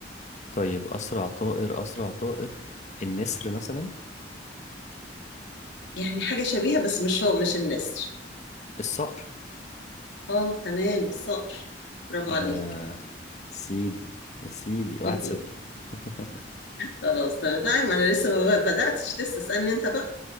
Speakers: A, on the left (about 40°); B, on the left (about 75°).
A: طيب اسرع طائر اسرع طائر النسر مثلا
B: يعني حاجه شبيهه بس مش هو مش النسر
A: الصقر
B: اه تمام الصقر برافو
A: آه
B: عليك
A: سيدي يا سيدي واحد
B: <laughs>
A: صفر <laughs>
B: خلاص تمام طيب ما انا لسه ما بدأتش لسه اسألني انت بقى